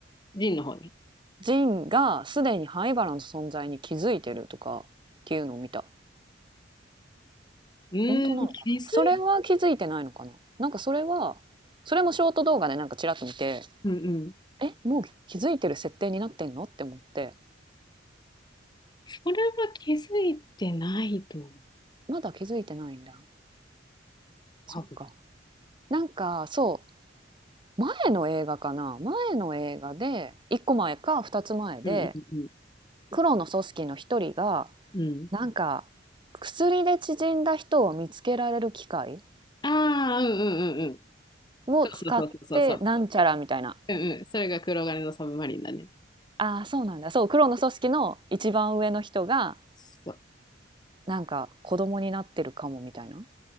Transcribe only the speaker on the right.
ジンがすでに灰原の存在に気づいてるとかっていうのを見た。
本当なのかなそれは気づいてないのかななんかそれはそれもショート動画でなんかちらっと見て
えもう気づいてる設定になってんのって思って
まだ気づいてないんだそっか
なんかそう前の映画かな前の映画で1個前か2つ前で
黒の組織の1人が
なんか薬で縮んだ人を見つけられる機械
を使ってなんちゃらみたいな
ああそうなんだそう黒の組織の一番上の人が
なんか子供になってるかもみたいなっ